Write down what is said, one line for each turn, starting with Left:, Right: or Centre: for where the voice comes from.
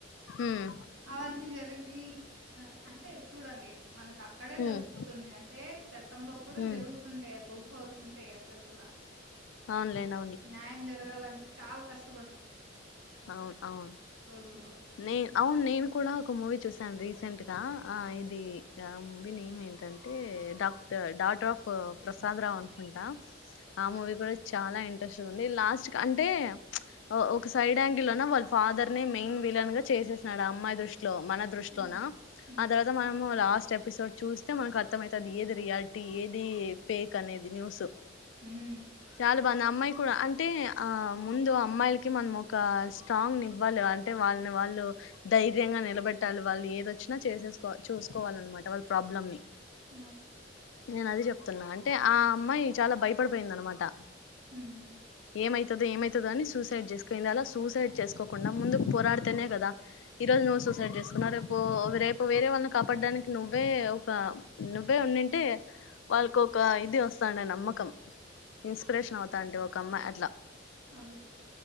Left: ఉమ్
Right: అవన్నీ జరిగి అ అంటే చూడండి మనకక్కడే దెల్
Left: ఉమ్
Right: స్ కుతుంది అంటే చట్టంలో కూడ
Left: ఉమ్
Right: జర్ గుతుంటాయి లూప్ హోల్స్ ఉంటాయి అక్కడ్ కుడా
Left: అవునులేండి
Right: న్యాయం జరగాలంటే చాల్ కష్ట్
Left: ఔన్ ఔన్
Right: రోజుల్లో
Left: నేన్ ఔన్ నేన్ కూడా ఒక మూవీ చూస్ తన్ రీసెంట్ గా అ ఇది ఆ మూవీ నేమ్ ఏంటంటే డాక్ టర్ డట్ రాఫూ ఓ ప్రసాద్ రావ్ అన్ కుంటా ఆ మూవీ కుడ చాలా ఇంన్ ట్రెస్ట్ ఉంది లాస్టు క్ అంటే ఒ ఒక సైడ్ యాంగిల్ లోన వాళ్ ఫాదర్ నీ మెన్ విలన్ గా చేసేస్ నాడు ఆ అమ్మాయి దృష్ ట్లో మన దృస్ట్
Right: హ్మ్
Left: లోన
Right: హ్మ్
Left: ఆ తరత మనము లాస్ట్ చేపిసోడ్ చూస్తే మనక్ అర్థమైతది ఏది రియాలిటీ ఏది ఫేక్ అనేది న్యూస్
Right: హ్మ్
Left: చాల్ బాఉంది ఆ అమ్మాయి కూడ అంతే ఆ ముందు అమ్మాయిల్ కి మన్ మొక ఒక స్ట్రాంగ్ నీవ్వాలి అంటే వాల్ ని వాళ్ళు ధైర్యంగా నిలబెట్టాలి వాళ్ళు ఏదోచ్ నా చేసేస్ కాల్ చూస్ కోవాల్ నన్ మాట వాళ్ ప్రాబ్ లమ్ నీ
Right: ఉమ్
Left: నేన్ అది జేప్ తున్నా అంటే ఆ అమ్మాయి చాలా భయ్ పడ్ పోయింద్ అన్ మాట
Right: ఉమ్
Left: ఏమైతది ఏమైతదో అని సూసైడ్ జేస్ క పొంది అలా సూసైడ్ చేసుకోకుండా ముందుక్ పోరాడ్ తేనే గదా ఈ రోజ్ నువ్ సుసైడ్ జెస్ కున్నవ్ రేపూ రేపు వేరే వాళ్ళని కాప్ పడ్డానికి నువ్వే ఒక నువ్వే ఉంనింటే వాళ్ కోక ఇది వస్ తాండే నమ్మక్ కం ఇన్స్ ప్రేషన్ అవుతాంటి ఒక అమ్మా అట్లా
Right: అదె